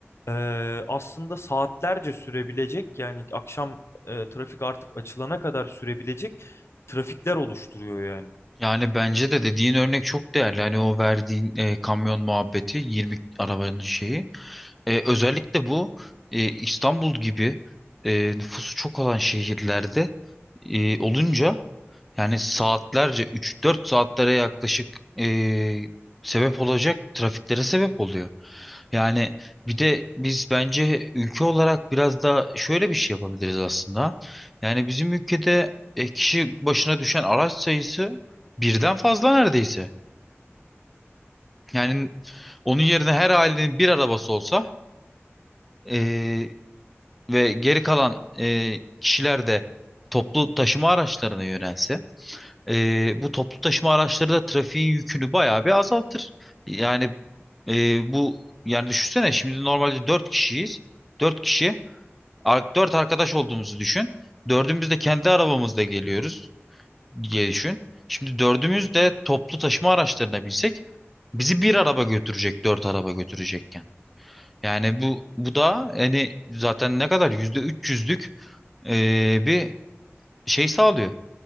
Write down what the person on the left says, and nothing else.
ee, aslında saatlerce sürebilecek yani akşam e, trafik artık açılana kadar sürebilecek trafikler oluşturuyor yani.